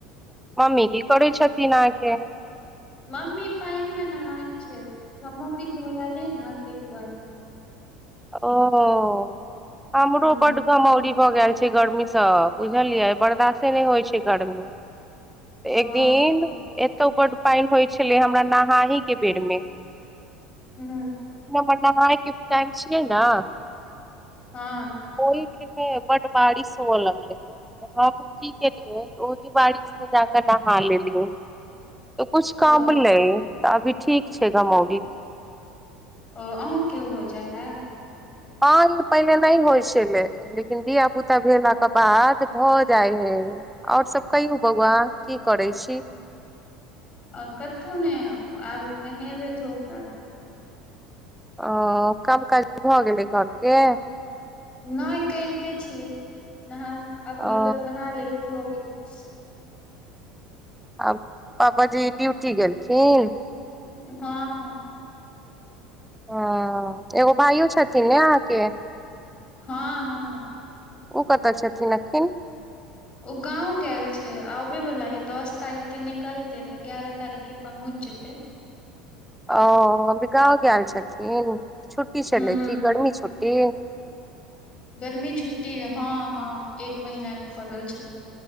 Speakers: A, in the centre; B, on the left.
A: मम्मी की करी छथिन अहा के
B: मम्मी पानि मे नहाय छै घमउरी भ गेल रहै न तहि दुआरे
A: ओ हमरो
B: हूं
A: बड्ड घमौरी भऽ गेल छै गर्मीसँ बुझलियै बर्दाशे नहि होइ छै गर्मी एक
B: ओ
A: दिन एतौ बड्ड पानि होइ छलै हमरा नहाय के बेर मे
B: हूँ
A: हमर नहायके टाइम छियै ने
B: हँ
A: ओहि बड्ड बारिश हुअ लगलै हमूँ की केलियै ओहि बारिश मे जाकऽ नहा लेलियै त कुछ
B: ओ
A: कम ले तऽ अभी ठीक छै घमाौरी
B: ओ अह के हो जाय हाय
A: हँ ई पहिनेे नहि होइ छलै लेकिन धिया पुता भेलाके बाद भऽ जाइ हइ आओर सब कहियौ बौआ की करै छी
B: अ कथहु ने आब नहेबे धोबबै आब
A: ओ काम काज भऽ गेलै घरके
B: नहि करिते छियै नहा आब
A: ओ
B: मतलब नहा लेबै भऽ गेलै बस
A: आ पापाजी ड्यूटी गेलखिन
B: हँ हँ
A: हँ एगो भाइयो छथिन ने अहाँके
B: हँ हँ
A: ओ कतह छथिन अकिन
B: ह <inaudible> ओ गाँंव गेल छै आबे वाला हे दस तारीख के निकलते तऽ ग्यारह तारीख के पहुँच जेते
A: ओ अभी गाँंव गेल छथिन छुट्टी छलै
B: हूं
A: की गर्मी छुट्टी
B: गर्मी छुट्टी हँ हँ एक महीना के पड़ल छै